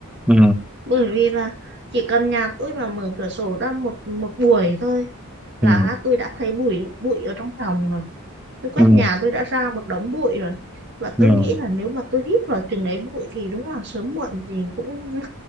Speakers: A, in the centre; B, on the right.
A: ừ
B: bởi vì là chỉ cần nhà tôi mà mở cửa sổ ra một một buổi thôi
A: ừ
B: là tôi đã thấy bụi bụi ở trong phòng rồi tôi quét
A: ừ
B: nhà tôi đã ra một đống bụi rồi và
A: ừ
B: tôi nghĩ là nếu mà tôi hít vào từng ấy bụi thì đúng là sớm muộn gì cũng